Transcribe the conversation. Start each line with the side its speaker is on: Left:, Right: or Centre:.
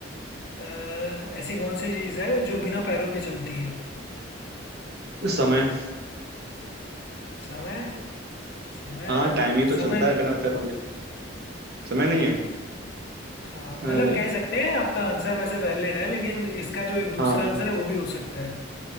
Left: अ, ऐसी कौन सी चीज़ है जो बिना पैरों के चलती है
Right: समय
Left: समय समय
Right: हाँ टाइम ही तो चलता
Left: समय नहीं
Right: है बिना पैरों के समय नहीं है
Left: हाँ मतलब
Right: अरे यार
Left: कह सकते हैं आपका आंसर वैसे वैलिड है लेकिन इसका जो एक दूसरा
Right: हाँ
Left: आंसर है वो भी हो सकता है